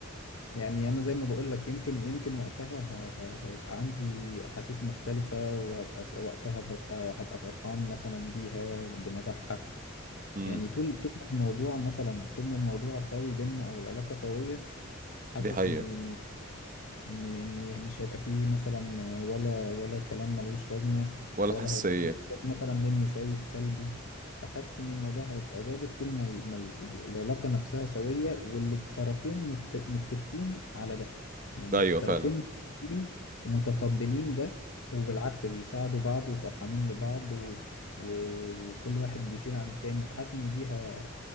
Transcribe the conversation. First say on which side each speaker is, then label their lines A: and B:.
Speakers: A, on the left (about 70°); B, on the right (about 35°).
A: يعني انا زي ما بقول لك يمكن يمكن وقتها ه... ه... هيبقى عندي احاسيس مختلفة وهبقى س- وقتها ببقى هبقى فرحان مثلا بيها بنجاحها
B: امم
A: يعني طول طول ما الموضوع مثلا طول ما الموضوع ساوي بينا او العلاقة سوية حاسس
B: دي حقيقه
A: اني ان ان مش هيبقى فيه مثلا ولا ولا كلام ملوش لازمه
B: ولا
A: ولا
B: حساسيه
A: هيبقى فيه إحساس مثلا مني سي- سلبي فحاسس ان الموضوع هيبقى ظابط طول ما ال- ما ال- العلاقه نفسها سويه واللي الطرفين مت- متفقين على ده يعني
B: ايوه
A: الطرفين
B: فعلا
A: متفقين ومتقبلين ده وبالعكس بيساعدوا بعض وفرحانين لبعض و... و... و- وكل واحد بيشيل عن التاني فحاسس ان دي ه...